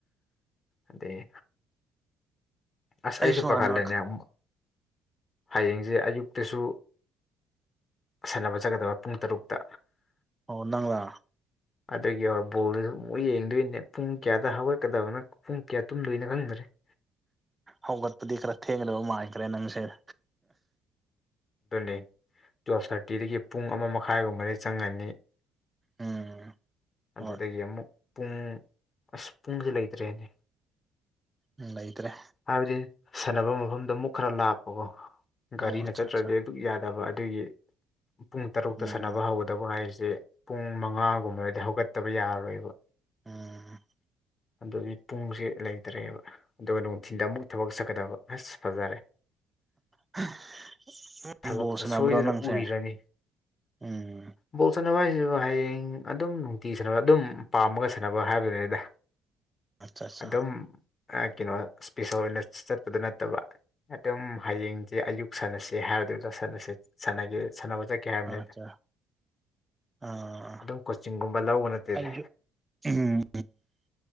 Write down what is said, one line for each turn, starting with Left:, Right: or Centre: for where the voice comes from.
Left: ꯑꯗꯩ ꯑꯁ
Right: ꯑꯩꯁꯨ
Left: ꯑꯩꯁꯦ ꯄꯥꯈꯠꯂꯦꯅꯦ
Right: ꯍꯥꯟꯅ
Left: ꯑꯃꯨꯛ ꯍꯌꯦꯡꯁꯦ ꯑꯌꯨꯛ ꯇꯁꯨ ꯁꯥꯟꯅꯕ ꯆꯠꯒꯗꯕ ꯄꯨꯡ ꯇꯔꯨꯛꯇ
Right: ꯑꯣ ꯅꯪꯂ
Left: <unintelligible>
Right: ꯍꯧꯒꯠꯄꯗꯤ ꯈꯔ ꯊꯦꯡꯒꯗꯕ ꯃꯥꯟꯈ꯭ꯔꯦ ꯅꯪꯁꯦ ꯑꯍꯦ
Left: ꯑꯗꯨꯅꯤ ꯇꯨꯌꯦꯜꯐ ꯊꯥꯔꯇꯤꯗꯒꯤ ꯄꯨꯡ ꯑꯃ ꯃꯈꯥꯏꯒꯨꯝꯕꯗꯩ ꯆꯪꯉꯅꯤ
Right: ꯎꯝ
Left: ꯑꯗꯨꯗꯒꯤ
Right: ꯍꯣꯏ
Left: ꯑꯃꯨꯛ ꯄꯨꯡ ꯑꯁ ꯄꯨꯡꯖꯦ ꯂꯩꯇ꯭ꯔꯦꯅꯦ
Right: ꯎꯝ ꯂꯩꯇ꯭ꯔꯦ꯫
Left: ꯍꯥꯏꯕꯗꯤ ꯁꯥꯟꯅꯕ ꯃꯐꯝꯗꯣ ꯑꯃꯨꯛ ꯈꯔ ꯂꯥꯞꯄꯀꯣ꯫ ꯒꯥꯔꯤꯅ
Right: ꯑꯣ ꯑꯠꯆꯥ
Left: ꯆꯠꯇ꯭ꯔꯗꯤ
Right: ꯑꯠꯆꯥ
Left: ꯑꯗꯨꯛ ꯌꯥꯗꯕ ꯑꯗꯨꯒꯤ ꯄꯨꯡ ꯇꯔꯨꯛꯇ
Right: ꯎꯝ
Left: ꯁꯥꯟꯅꯕ ꯍꯧꯋ ꯇꯕ ꯍꯥꯏꯕꯁꯦ ꯄꯨꯡ ꯃꯉꯥꯒꯨꯝꯕꯗꯗꯤ ꯍꯧꯒꯠꯇꯕ ꯌꯥꯔꯔꯣꯏꯕ꯫
Right: ꯎꯝ꯫
Left: ꯑꯗꯨꯗꯤ ꯄꯨꯡꯁꯦ ꯂꯩꯇ꯭ꯔꯦꯕ ꯑꯗꯨꯒ ꯅꯨꯡꯊꯤꯟꯗ ꯑꯃꯨꯛ ꯊꯕꯛ ꯆꯠꯀꯗꯕ꯫ ꯍꯁ ꯐꯖꯔꯦ꯫
Right: <unintelligible>
Left: ꯊꯕꯛꯇ
Right: ꯕꯣꯜ ꯁꯅꯕ꯭ꯔꯣ
Left: ꯁꯣꯏꯗꯅ
Right: ꯅꯪꯁꯦ꯫
Left: ꯎꯏꯔꯅꯤ
Right: ꯎꯝ
Left: ꯕꯣꯜ ꯁꯅꯕ ꯍꯥꯏꯁꯤꯁꯨ ꯍꯌꯦꯡ ꯑꯗꯨꯝ ꯇꯤ ꯁꯥꯟꯅꯕꯗꯣ ꯑꯗꯨꯝ ꯄꯥꯝꯃꯒ ꯁꯥꯟꯅꯕ ꯍꯥꯏꯕꯗꯨꯅꯤꯗ
Right: ꯑꯠꯆꯥ ꯑꯠꯆꯥ
Left: ꯑꯗꯨꯝ ꯑ ꯀꯩꯅꯣ ꯏꯁ꯭ꯄꯤꯁꯦꯜ ꯑꯣꯏꯅ ꯆꯠꯄꯗꯣ ꯅꯠꯇꯕ ꯑꯗꯨꯝ ꯍꯌꯦꯡꯁꯦ ꯑꯌꯨꯛ ꯁꯥꯟꯅꯁꯦ ꯍꯥꯏꯕꯗꯨꯗꯥ ꯁꯥꯟꯅꯁꯦ ꯁꯥꯥꯟꯅꯒꯦ ꯁꯥꯟꯅꯕ ꯆꯠ ꯀꯦ ꯍꯥꯏꯕꯅꯤꯗ
Right: ꯑꯠꯆꯥ ꯑꯥ
Left: ꯑꯗꯨꯝ ꯀꯣꯆꯤꯡꯒꯨꯝꯕ ꯂꯧꯕ ꯅꯠꯇꯦꯗ꯫
Right: ꯑꯩꯁꯨ ꯎꯝ